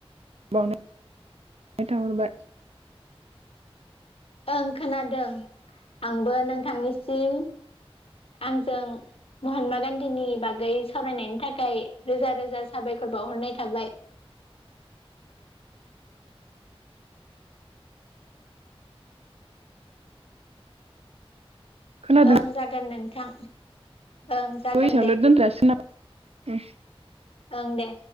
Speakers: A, on the right; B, on the left.
A: बावनाय थाहरबाय।
B: ओं खोनादों आंबो नोंथांनिसिम आंजों महात्मा गान्धीनि बागै सावरायनायनि थाखाय रोजा रोजा साबायखर बावहरनाय थाबाय।
A: खोनादों
B: ओं जागोन नोंथां ओं जागोन
A: बैसेयावनो
B: दे।
A: दोनथ'जासिगोन नामा
B: ओं दे